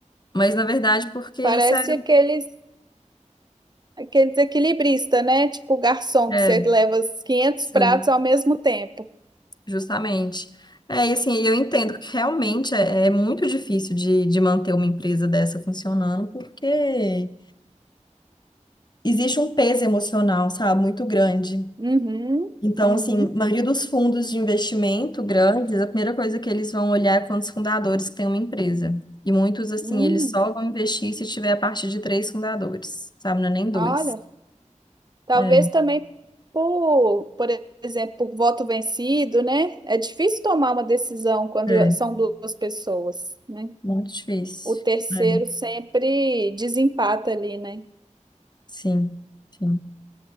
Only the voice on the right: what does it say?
parece
aqueles Aquele desequilibrista, né? Tipo o garçom,
que você leva os quinhentos
pratos ao mesmo tempo.
Uhum,
uhum,
hum.
Olha, talvez
também por, por exemplo, por voto vencido, né? É difícil tomar uma decisão quando
são duas pessoas, né?
O terceiro
sempre desempata ali, né?